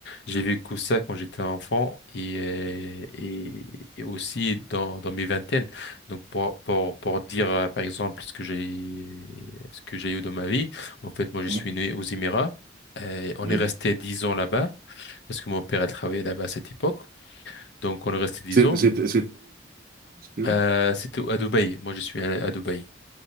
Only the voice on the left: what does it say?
j'ai vécu ça quand j'étais enfant et, euh, et, et aussi dans, dans mes vingtaines. Donc, pour, pour, pour dire, euh, par exemple, ce que j'ai, ce que j'ai eu dans ma vie, en fait, moi, je suis
né aux Émirats. Euh, on
est resté dix ans là-bas parce que mon père, elle travaillait là-bas à cette époque. Donc, on est resté dix
ans.
Euh, c'était à Dubaï. Moi, je suis à à Dubaï.